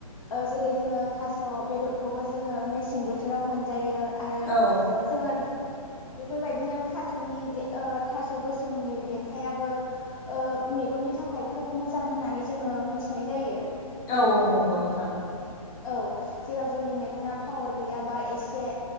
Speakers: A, on the left (about 60°); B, on the left (about 30°).
A: ओ जेरै जोङो थास' बेदरखौबो जोङो मेसें बोथोराव मोनजायो आरो
B: औ
A: जोङो बेफोरबायदिनो थास'नि थास' गोसोमनि देन्थायाबो मेगननि थाखाय खोब मोजां होननानै जोङो मिथिनाय जायो
B: औ औ नंगौ नोंथां
A: औ जेराव जोंनि मेगना पावार गैयाबा एसे